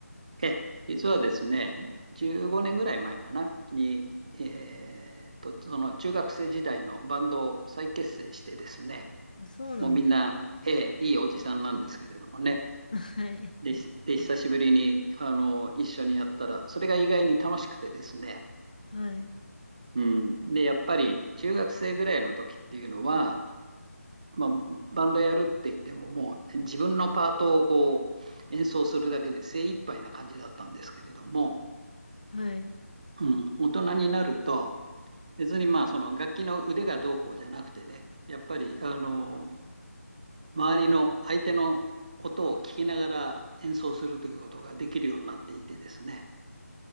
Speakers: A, on the right; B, on the left.
A: ええ、実はですね、15年ぐらい前かな、に、えーっと、その中学生時代のバンドを再結成してですね、
B: あ、そうなん
A: もうみんな、ええ、いいおじさんなんですけれどもね、
B: <laughs> はい。
A: で、ひで、久しぶりに、あの、一緒にやったら、それが意外に楽しくてですね、
B: はい。
A: うん、で、やっぱり中学生ぐらいの時っていうのは、まあ、バンドやるって言っても、もう自分のパートをこう演奏するだけで精一杯な感じだったんですけれども、
B: はい。
A: うん、大人になると、別にまあその楽器の腕がどうこうじゃなくてね、やっぱりあの周りの相手の音を聞きながら演奏するということができるようになっていてですね、